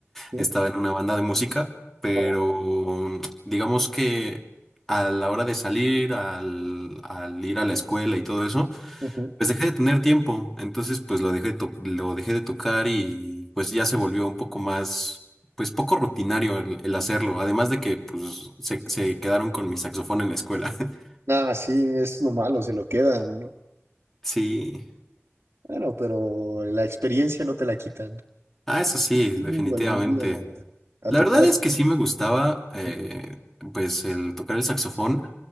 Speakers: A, on the right (about 65°); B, in the centre.
A: ujú.
B: estaba en una banda de música, pero
A: No,
B: mm, digamos que a la hora de salir, al, al ir a la escuela y todo eso,
A: ujú.
B: pues dejé de tener tiempo, entonces pues lo dejé, to- lo dejé de tocar y pues ya se volvió un poco más, pues poco rutinario el, el hacerlo, además de que pues se, se quedaron con mi saxofón en la escuela. <laughs>
A: Ah, sí, es lo malo, se lo quedan, ¿no?
B: Sí,
A: Bueno, pero la experiencia no te la quitan.
B: ah, eso sí,
A: Uh,
B: definitivamente.
A: algún día a
B: La
A: tocar.
B: verdad es que sí me gustaba, eh,
A: así.
B: pues, el tocar el saxofón,